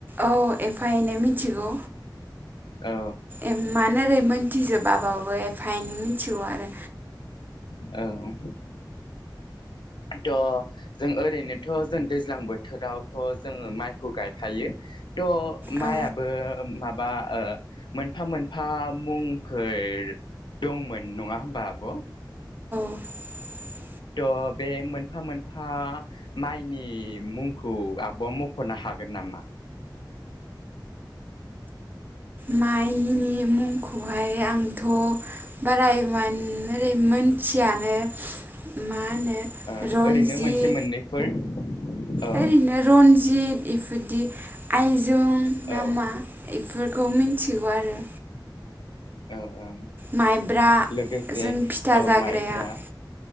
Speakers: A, on the right (about 25°); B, on the left (about 80°).
A: औ एफा एनै मिथिगौ
B: औ
A: एमान ओरै मोन थिजोबाबाबो एफा एनै मिथिगौ आरो
B: औ थ' जों ओरैनोथ' जों दैज्लां बोथोरावथ' जोङो माइखौ गायखायो। थ' माइयाबो
A: औ
B: मा बा ओ मोनफा मोनफा मुंखैयै दंमोन नङा होमबा आब'
A: <inaudible>
B: थ' बे मोनफा मोनफा माइनि मुंखौ आब'आ मख'नो हागोन नामा?
A: माइनि मुंखौहाय आंथ' बारा इमान ओरै मोन थियानो मा होनो
B: ओ
A: रन्जित
B: ओरैनो मोनसे मोननैफोर औ
A: ओरैनो रनजित इफोरदि आइजोम नामा
B: औ
A: एफोरखौ मिथिगौ आरो
B: ओ ओं
A: माइब्रा
B: लोगोसे
A: जों फिथा
B: औ
A: जाग्राया
B: माइब्रा
A: औ